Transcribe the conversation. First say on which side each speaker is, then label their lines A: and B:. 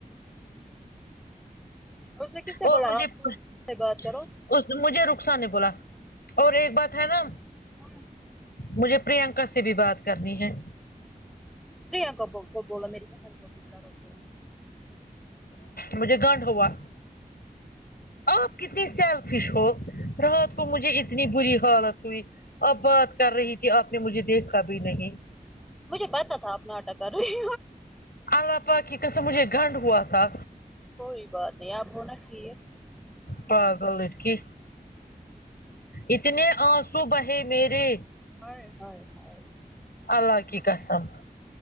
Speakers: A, in the centre; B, on the left.
A: اس نے کس سے
B: اور
A: بولا
B: مجھے
A: آپ
B: اس
A: سے بات کرو
B: مجھے رخصار نہیں بولا اور ایک بات ہے نا
A: ہاں
B: مجھے پرینکا سے بھی بات کرنی ہے
A: پریکا کو بولا میری بہن کو بھی کرو فون
B: مجھے گنڈ ہوا آپ کتنی سیلفش ہو رات کو مجھے اتنی بری حالت ہوئی اپ بات کر رہی تھی آپ نے مجھے دیکھا بھی نہیں
A: مجھے پتا تھا اپ ناٹک کر رہی
B: اللہ پاک کی قسم مجھے گنڈ ہوا تھا
A: کوئی بات نہیں آپ ہونا ٹھیک
B: پاگل لڑکی اتنے آنسو بہے میرے
A: ہائے ہائے
B: اللہ کی قسم